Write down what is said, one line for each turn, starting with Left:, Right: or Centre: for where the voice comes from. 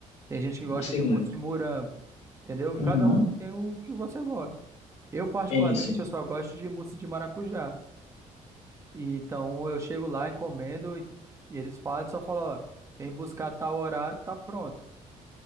Right: Tem gente que gosta
Left: Sim.
Right: de mousse de morango, entendeu?
Left: Uhum.
Right: Cada um tem o que você gosta. Eu, particularmente,
Left: É isso.
Right: eu só gosto de mousse de maracujá. E, então, eu chego lá, encomendo, e, e eles falam, só falam, ó, vem buscar tal horário, tá pronto.